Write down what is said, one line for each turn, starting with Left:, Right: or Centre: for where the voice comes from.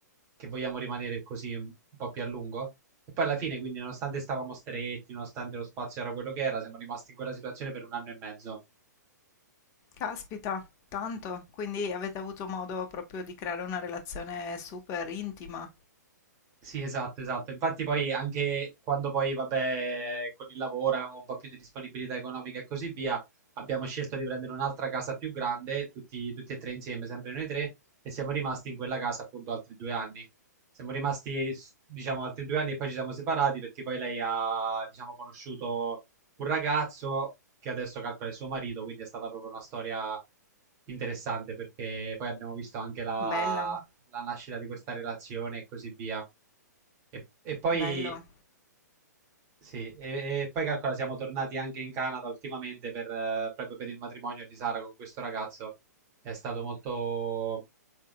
Right: che vogliamo rimanere così un po' più a lungo. E poi alla fine, quindi, nonostante stavamo stretti, nonostante lo spazio era quello che era, siamo rimasti in quella situazione per un anno e mezzo.
Left: caspita, tanto. Quindi avete avuto modo proprio di creare una relazione super intima.
Right: Sì, esatto, esatto. Infatti poi anche quando poi, vabbè, con il lavoro avevamo un po' più di disponibilità economica e così via, abbiamo scelto di prendere un'altra casa più grande, tutti, tutti e tre insieme, sempre noi tre, e siamo rimasti in quella casa appunto altri due anni. Siamo rimasti, s- diciamo, altri due anni e poi ci siamo separati perché poi lei ha, diciamo, conosciuto un ragazzo che adesso calcola il suo marito, quindi è stata proprio una storia interessante perché poi abbiamo visto anche la,
Left: Bella,
Right: la nascita di questa relazione e così via. E, e poi,
Left: bello.
Right: sì, e, e poi calcola, siamo tornati anche in Canada ultimamente per, eh, proprio per il matrimonio di Sara con questo ragazzo. È stato molto,